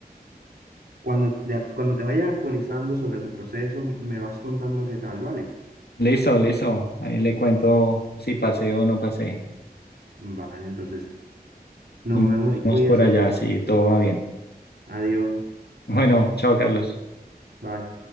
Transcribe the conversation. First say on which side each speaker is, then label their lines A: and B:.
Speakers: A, on the right; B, on the left.
A: cuando te, cuando te vayan actualizando sobre tu proceso, me vas contando qué tal, ¿vale?
B: Listo, listo. Ahí le cuento si pasé o no pasé.
A: Vale, entonces, nos
B: Y nos
A: vemos y cuídese.
B: vemos por allá si todo va bien.
A: Adiós.
B: Bueno, chao, Carlos.
A: Bye.